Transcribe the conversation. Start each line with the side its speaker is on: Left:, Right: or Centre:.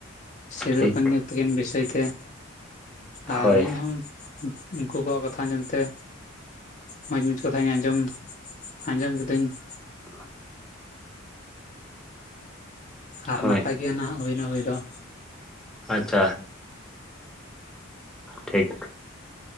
Left: ᱥᱤᱫᱩᱠᱟᱹᱱᱩ
Centre: ᱴᱷᱤᱠ
Left: ᱛᱟᱹᱠᱤᱱ ᱵᱤᱥᱚᱭ ᱛᱮ ᱟᱨ
Centre: ᱦᱳᱭ
Left: ᱤᱧᱦᱚᱸ ᱩᱱᱠᱩ ᱠᱚᱣᱟᱜ ᱠᱟᱛᱷᱟ ᱟᱡᱚᱢ ᱛᱮ ᱢᱚᱸᱡᱽ ᱢᱚᱡᱽ ᱠᱟᱛᱷᱟᱧ ᱟᱸᱡᱚᱢ ᱟᱸᱡᱚᱢ ᱠᱤᱫᱟᱹᱧ ᱾
Centre: <unintelligible>
Left: ᱟᱨ
Centre: ᱦᱳᱭ
Left: ᱱᱟᱯᱟᱭ ᱜᱮ ᱱᱟᱜ ᱦᱩᱭᱱᱟ ᱦᱩᱭ ᱫᱚ ᱾
Centre: ᱟᱪᱪᱷᱟ ᱴᱷᱤᱠ